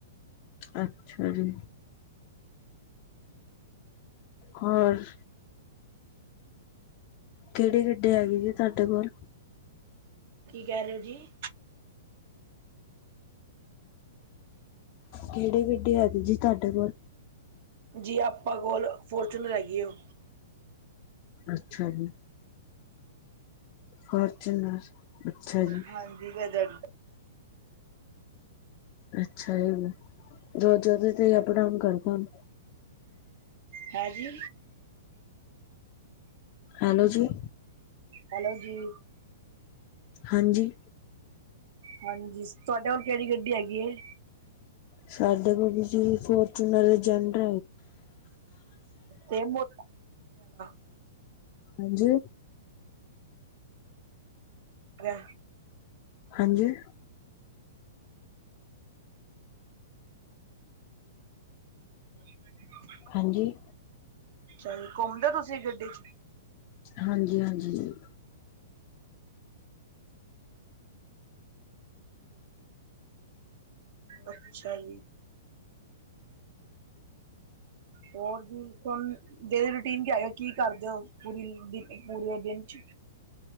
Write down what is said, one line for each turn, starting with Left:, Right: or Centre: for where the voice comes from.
Left: ਅੱਛਾ ਜੀ, ਹੋਰ ਕਿਹੜੀ ਗੱਡੀ, ਹੈਗੀ ਜੀ ਤੁਹਾਡੇ ਕੋਲ?
Right: ਕੀ ਕਹਿ, ਰਹੇ ਹੋ ਜੀ?
Left: ਕਿਹੜੀ ਗੱਡੀ, ਹੈਗੀ ਜੀ ਤੁਹਾਡੇ ਕੋਲ?
Right: ਜੀ ਆਪਾਂ ਕੋਲ ਫੋਰਚੂਨਰ, ਹੈਗੀ ਹੋ
Left: ਅੱਛਾ ਜੀ। ਫੋਰਚੂਨਰ, ਅੱਛਾ ਜੀ
Right: ਹਾਂਜੀ, ਵੈਦਰ
Left: ਅੱਛਾ ਜੀ ਦੋ -ਚਾਰ ਚ, ਅਪ ਡਾਊਨ ਪਾਣ
Right: ਹੈਵੀ
Left: ਹੈਲੋ ਜੀ।
Right: ਹੈਲੋ ਜੀ।
Left: ਹਾਂਜੀ।
Right: ਹਾਂਜੀ, ਤੁਹਾਡੇ ਕੋਲ ਕਿਹੜੀ ਗੱਡੀ ਹੈਗ ਏ?
Left: ਸਾਡੇ ਕੋਲ ਫੋਰਚੂਨਰ ਜਡਰ,
Right: ਸ ਬ। <inaudible> <inaudible>
Left: ਹਾਂਜੀ।
Right: ਅ
Left: ਹਾਂਜੀ।
Right: ਹ। <inaudible>
Left: ਹਾਂਜੀ।
Right: ਚੱਲ ਘੁੰਮ ਲਿਆ ਤੁਸੀਂ ਗੱਡੀ ਚ
Left: ਹਾਂਜੀ- ਹਾਂਜੀ।
Right: ਅੱਛਾ ਜੀ। ਹੋਰ, ਵੀ ਕੋਣ? ਡੇਲੀ ਰੂਟੀਨ ਆਏ, ਕੀ ਕਰਦੇ ਹੋ ਪੂਰੀ - ਪੂਰੇ ਦਿਨ ਚ